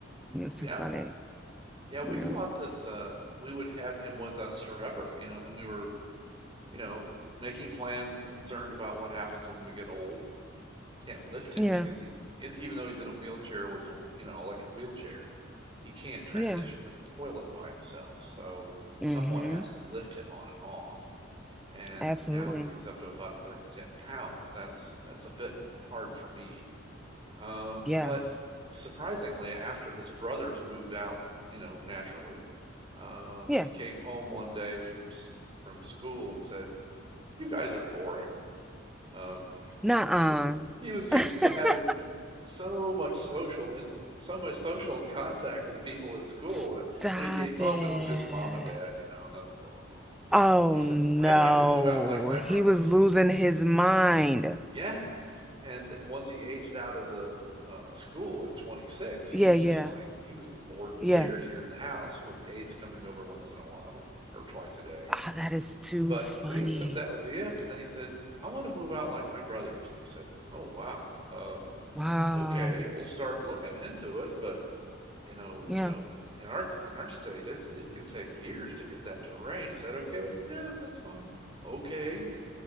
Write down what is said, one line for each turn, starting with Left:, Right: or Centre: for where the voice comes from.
Centre: It was too
Right: Yeah.
Centre: funny.
Right: Yeah, we
Centre: Yeah,
Right: thought that uh, we would have him with us forever, you know, when we were you know, making plans and concerned about what happens when we get old and can't lift him
Centre: yeah,
Right: because he, in, even though he's in a wheelchair with an, you know, electric wheelchair, he can't transition
Centre: yeah.
Right: to the toilet by himself. So
Centre: hmm
Right: someone has to lift him on and off. And
Centre: Absolutely.
Right: now that he's up to about 110 pounds, that's that's a bit hard for me. Uh,
Centre: Yes.
Right: but surprisingly, after his brothers moved out, you know, naturally, uh, he
Centre: Yeah.
Right: came home one day from from school and said, you guys are boring. Um, <laughs>
Centre: Nuh-uh.
Right: 'cause he was used
Centre: <laughs>
Right: to having so much social and so much social contact with people at school.
Centre: Stop
Right: When he came home,
Centre: it.
Right: it was just mom and dad, you know, nothing going on. And
Centre: Oh
Right: he said,
Centre: no,
Right: "I'd like to move out like my
Centre: he
Right: brothers."
Centre: was losing his mind.
Right: Yeah. And once he aged out of the uh, school at 26, he
Centre: Yeah,
Right: was
Centre: yeah,
Right: just like he was bored to
Centre: yeah.
Right: tears here in the house with the aides coming over once in a while or twice a day, I
Centre: Oh,
Right: guess
Centre: that is too
Right: But
Centre: funny.
Right: we assumed that would be it. But then he said, I want to move out like my brothers. And we said, Oh, wow. Um,
Centre: Wow.
Right: okay, we'll start looking into it, but you know,
Centre: Yeah,
Right: you know, in our in our state, it's it can take years to get that to arrange. Is that okay? Yeah, that's fine. Okay.